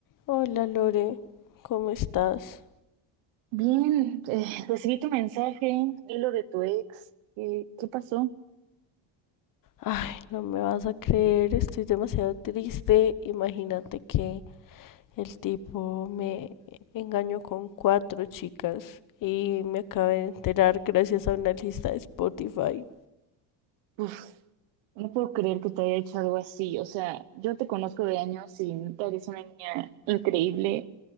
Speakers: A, on the left; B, on the right.
A: Hola Lore, ¿cómo estás?
B: Bien, eh, recibí tu mensaje y lo de tu ex. ¿Qué, qué pasó?
A: Ay, no me vas a creer, estoy demasiado triste. Imagínate que el tipo me engañó con cuatro chicas y me acabé de enterar gracias a una lista de Spotify.
B: Uf, no puedo creer que te haya hecho algo así. O sea, yo te conozco de años y neta eres una niña increíble.